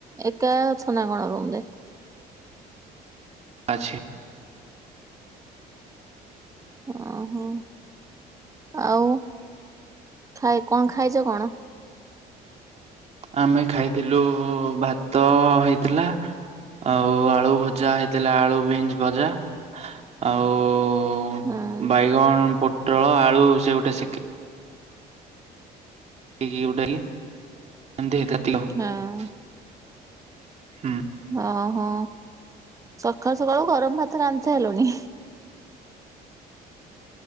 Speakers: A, on the right (about 20°); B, on the right (about 40°).
A: ଏକା ଅଛ ନା କଣ ରୁମ ରେ?
B: ଆଚ୍ଛା।
A: ଓହୋ ଆଉ ଖାଇ କଣ ଖାଇଚ କଣ?
B: ଆମେ ଖାଇଥିଲୁ ଉ ଭାତ ହେଇଥିଲା ଆଉ ଆଳୁ ଭଜା ହେଇଥିଲା ଆଳୁ ବିନ୍ସ୍ ଭଜା ଆଉ ଉ-ବାଇଗଣ,
A: ହଁ
B: ପୋଟଳ, ଆଳୁ, ସେ ଗୋଟେ ସେକେ <unintelligible>
A: ହଁ ଓହୋ ସକାଳୁ ସକାଳୁ ଗରମ୍ ଭାତ ରାନ୍ଧି ସାରିଲୁଣି।